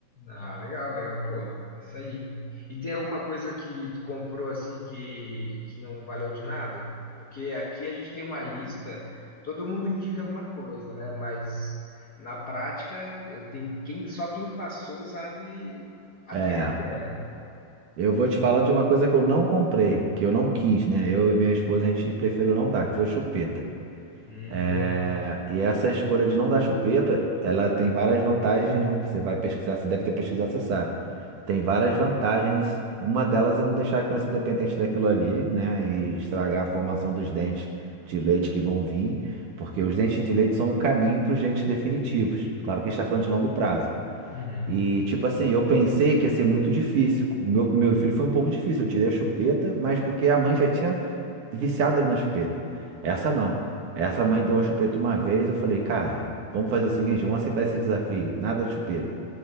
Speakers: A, on the left; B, on the right.
A: Ah, legal, legal, pô, isso aí. E tem alguma coisa que tu comprou assim que, que não valeu de nada? Porque aqui a gente tem uma lista, todo mundo indica alguma coisa, né? Mas na prática eh, tem quem só quem passou sabe a
B: É.
A: treta que é, né?
B: Eu vou te falar de uma coisa que eu não comprei, que eu não quis, né? Eu e minha esposa, a gente preferiu não dar, que foi chupeta.
A: Hum,
B: É,
A: boa.
B: E essa escolha de não dar chupeta, ela tem várias vantagens, né? Você vai pesquisar, você deve ter pesquisado, você sabe. Tem várias vantagens. Uma delas é não deixar a criança dependente daquilo ali, né? E estragar a formação dos dentes de leite que vão vir, porque os dentes de leite são o caminho para os dentes definitivos. Claro que a gente está falando de longo prazo.
A: Uhum,
B: E, tipo assim, eu pensei que ia ser muito difícil. O meu primeiro filho foi um pouco difícil. Eu tirei a chupeta, mas porque a mãe já tinha viciado ali na chupeta. Essa não. Essa mãe deu a chupeta uma vez, eu falei, cara, vamos fazer o seguinte, vamos aceitar esse desafio, nada de chupeta.